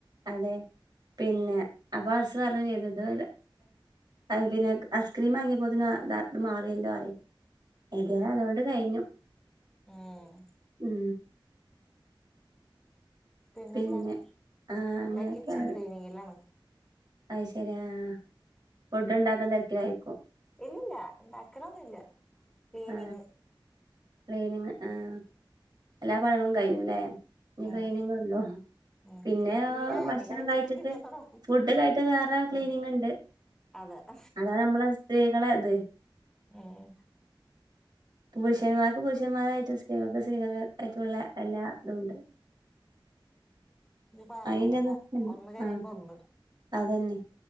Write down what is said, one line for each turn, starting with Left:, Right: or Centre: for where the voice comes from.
Right: അതെ പിന്നെ അപ്പൊ ഹസ് പറഞ് ചെയ്തത് പിന്നെ ഐസ്ക്രീം വാങ്ങിയപ്പോതി അത് മാറിയല്ലോ പറഞ്ഞു ഏതായാലും അതുകൊണ്ട് കഴിഞ്ഞു
Centre: ആഹ്‌
Right: ഉം
Centre: പിന്നെന്താണ്
Right: പിന്നെ ആ അങ്ങനെയൊക്കെയാണ്
Centre: ഞാൻ കിച്ചൺ ക്ലീനിങ്ങിലാണ്
Right: അത് ശരി ആഹ്‌ ആഹ് ഫുഡ് ഉണ്ടാക്കാൻ തിരക്കിലാവും
Centre: ഇല്ലല്ല ഉണ്ടാക്കൽ ഒന്നുമില്ല ക്ലീനിങ്
Right: ആ ക്ലീനിങ് ആഹ് എല്ലാ പണികളും കഴിഞ്ഞുല്ലേ ഇനി
Centre: ഉം
Right: ക്ലീനിങ് ഉള്ളൂ
Centre: ഉം
Right: പിന്നെ
Centre: ഇല്ല
Right: ഭക്ഷണം
Centre: ഇനി
Right: കഴിച്ചിട്ട്
Centre: പിന്നെ തൊടങ്ങും
Right: ഫുഡ് കഴിഞ്ഞിട്ട് വേറെ ക്ലീനിങ്
Centre: ഉം
Right: ഉണ്ട്
Centre: അതെ <inaudible>
Right: അതാണ് നമ്മളെ സ്ത്രീകളെ അത്
Centre: ഏ <inaudible>
Right: പുരുഷൻ മാർക്ക്‌ പുരുഷന്മാരായിട്ടും സ്ത്രീകൾക്ക് സ്ത്രീകളത് ആയിട്ടും എല്ലാം ഉണ്ട്
Centre: പറയണ്ട
Right: അയിന്റെ
Centre: ഒന്ന് കഴിയുമ്പോ
Right: ആഹ്
Centre: ഒന്ന്
Right: <inaudible> അതന്നെ